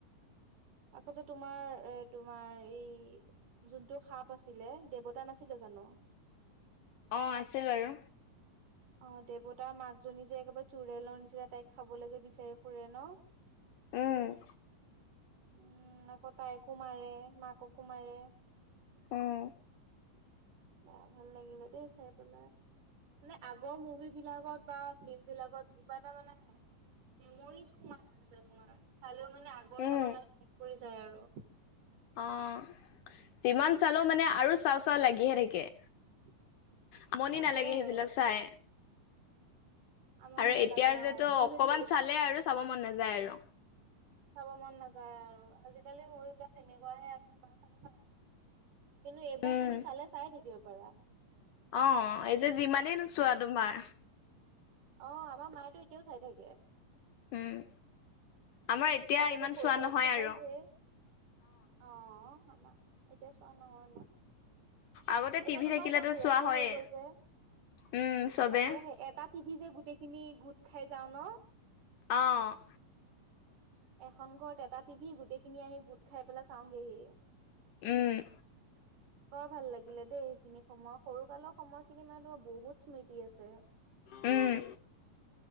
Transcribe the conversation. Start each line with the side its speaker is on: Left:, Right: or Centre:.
Right: আকৌ যে তোমাৰ এ তোমাৰ এই যোনটো সাপ আছিলে দেৱতা নাছিলে জানো?
Left: অ', আছিল বাৰু।
Right: অ, ' দেৱতাৰ মাক জনী যে একেবাৰে চোৰেলৰ নিচীনা তাইক খাবলৈ যে বিচাৰি ফুৰে ন?
Left: উম,
Right: উম, আকৌ তাইকো মাৰে মাককো মাৰে।
Left: উম
Right: বা, ভাল লাগিলে দেই চাই পেলাই। মানে আগৰ মুভি বিলাকত বা ফিল্ম বিলাকত কিবা এটা মানে মেমৰিজ সোমাই আছে তোমাৰ চালেও মানে আগৰ
Left: উম
Right: জামানাত মন পৰি যায় আৰু।
Left: অ', যিমান চালো মানে আৰু চাউ চাউ লাগিহে থাকে।
Right: <inaudible>
Left: আমনি
Right: তাকেহে
Left: নালাগে সেইবিলাক চাই।
Right: আমনি
Left: আৰু এতিয়া
Right: নালাগে
Left: যেহেতটো
Right: অ তুমি
Left: অকমান
Right: যদি
Left: চালে আৰু চাব মন নাযায় আৰু।
Right: চাব মন নাযায় আৰু আজিকালি মৰি বিলাক তেনেকুৱাহে আৰু <inaudible> কিন্তু এইবোৰ
Left: উম
Right: তুমি চালে চাই থাকিব পাৰা।
Left: অ', এই যে যিমানেই নোচোৱা তোমাৰ,
Right: অ', আমাৰ মায় তো এতিয়াও চাই থাকে।
Left: উম, আমাৰ এতিয়া
Right: আগতে
Left: ইমান
Right: সৰুকালতো
Left: চোৱা নহয় আৰু
Right: চাইহেই অ', আমাৰ এতিয়া চোৱা নহয় মান।
Left: আগতে
Right: এতিয়া
Left: টিভি
Right: তোমাৰ
Left: থাকিলেতো
Right: চব ব্যস্ত
Left: চোৱা হয়ে
Right: হৈ গল যে
Left: উম চবে
Right: তাকেহে তটা টিভি যে গোটেইখিনি গোট খাই যাওঁ ন।
Left: অ'।
Right: এখন ঘৰত এটা টিভি গোটেই খিনি আহি বুট খাই পেলাই চাওগেহি।
Left: উম,
Right: বৰ ভাল লাগিলে দেই সেইখিনি সময় সৰুকালৰ সময়খিনি মানে তোমাৰ বহুত স্মৃতি আছে।
Left: উম।